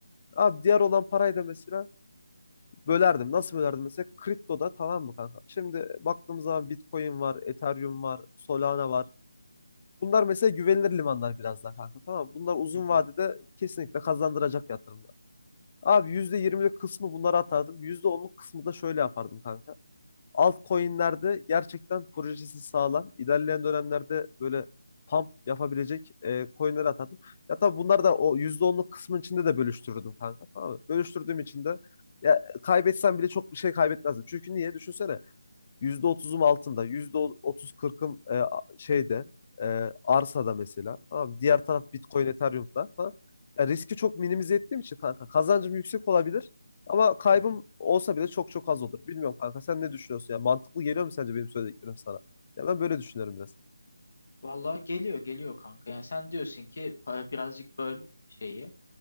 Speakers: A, on the left (about 30°); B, on the left (about 60°).
A: Abi diğer olan parayı da mesela Bölerdim. Nasıl bölerdim mesela? Kriptoda tamam mı kanka? Şimdi baktığımız zaman Bitcoin var, Ethereum var, Solana var. Bunlar mesela güvenilir limanlar biraz daha kanka tamam mı? Bunlar uzun
B: Hı hı,
A: vadede kesinlikle kazandıracak yatırımlar. Abi %20'lik kısmı bunlara atardım. %10'luk kısmı da şöyle yapardım kanka altcoin'lerde gerçekten projesi sağlam. İlerleyen dönemlerde böyle pump yapabilecek e, coin'leri atardım. Ya tabii bunlar da o %10'luk kısmın içinde de bölüştürdüm kanka. Tamam mı? Bölüştürdüğüm için de ya kaybetsem bile çok bir şey kaybetmezdim. Çünkü niye? Düşünsene. Yüzde otuzum altında, %30-40'ım e, şeyde, e, arsada mesela. Tamam mı? Diğer taraf Bitcoin, Ethereum'da falan. Ya riski çok minimize ettiğim için kanka kazancım yüksek olabilir ama kaybım
B: hı hı.
A: olsa bile çok çok az olur. Bilmiyorum kanka sen ne düşünüyorsun? Ya mantıklı geliyor mu sence benim söylediklerim sana? Ya ben böyle düşünüyorum biraz.
B: Vallahi geliyor geliyor kanka. Yani sen diyorsun ki para birazcık böl şeyi.